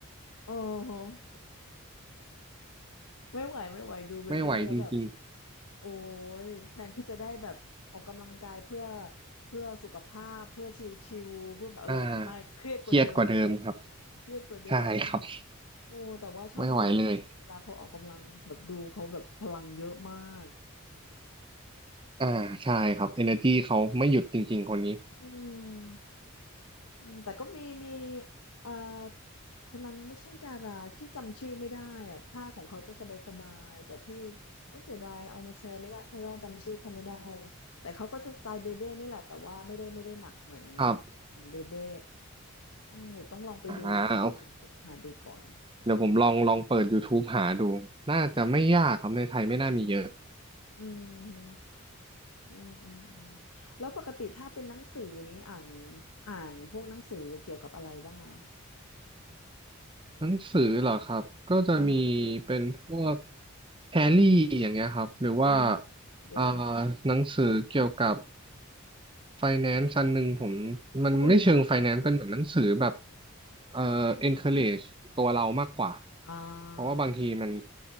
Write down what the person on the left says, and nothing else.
อ๋อ ไม่ไหวไม่ไหวดูเบเบ้แล้วแบบ
โอ้ยแทนที่จะได้แบบออกกำลังกายเพื่อเพื่อสุขภาพเพื่อชิลๆเพื่อแบบอะไรอย่างเงี้ยไม่เครียดกว่าเดิม
เครียดกว่าเดิมใช่
โอ้แต่ว่าชอบดูชอบดูเวลาเขาออกกำลังแบบดูเขาแบบพลังเยอะมาก
อืม อืมแต่ก็มีมีเอ่อคนนั้นไม่ใช่ดาราพี่จำชื่อไม่ได้อะท่าของเขาจะสบายๆแต่พี่โอ้เสียดายเอามาแชร์ไม่ได้เพราะว่าจำชื่อเขาไม่ได้แต่เขาก็จะสไตล์เบเบ้นี่แหละแต่ว่าไม่ได้ไม่ได้หนักเหมือน
เหมือนเบเบ้อืมเดี๋ยวต้องลองไปดูเปิด
YouTube หาดูก่อน
อ่าอืมอืมอืมอืมแล้วปกติถ้าเป็นหนังสือนี้อ่านอ่านพวกหนังสือเกี่ยวกับอะไรบ้างอ่ะ
อ่าฮะ
อ่าโดย
อุ้ย
อ่า